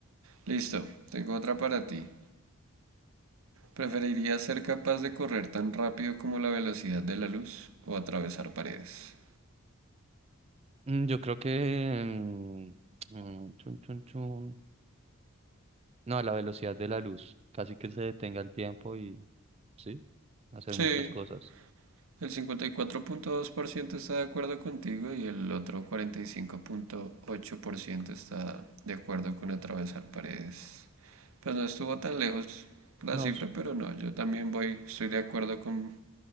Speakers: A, on the right (about 70°); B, on the right (about 25°).
A: Listo. Tengo otra para ti. ¿Preferirías ser capaz de correr tan rápido como la velocidad de la luz o atravesar paredes?
B: Mm, Yo creo que... mm, mm, chun, chun, chun. No, a la velocidad de la luz. Casi que se detenga el tiempo y... Sí, hacer
A: Sí.
B: muchas cosas.
A: El 54.2% está de acuerdo contigo y el otro 45.8% está de acuerdo con atravesar paredes. Pues no estuvo tan lejos la
B: No,
A: cifra,
B: es
A: pero no, yo también voy, estoy de acuerdo con